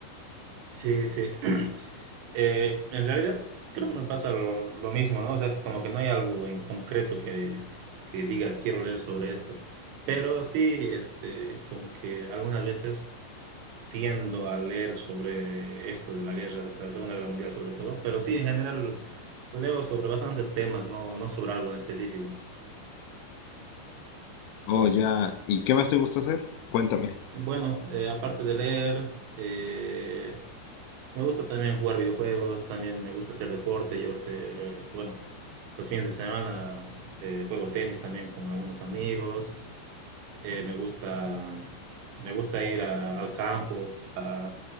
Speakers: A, on the right (about 80°); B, on the left (about 80°).
A: Sí, sí. <clears throat> Eh, en realidad, creo que me pasa lo, lo mismo, ¿no? O sea, es como que no hay algo en concreto que, que diga quiero leer sobre esto. Pero sí, este, como que algunas veces tiendo a leer sobre esto de la guerra, o sea, la Segunda Guerra Mundial sobre todo. Pero sí, en general leo sobre bastantes temas, no, no sobre algo en específico.
B: Oh, ya. ¿Y qué más te gusta hacer? Cuéntame.
A: Eh, Bueno, eh, aparte de leer, eh, Me gusta también jugar videojuegos, también me gusta hacer deporte. Yo sé, bueno, los fines de semana eh, juego tenis también con algunos amigos. Eh, me gusta, me gusta ir a- al campo a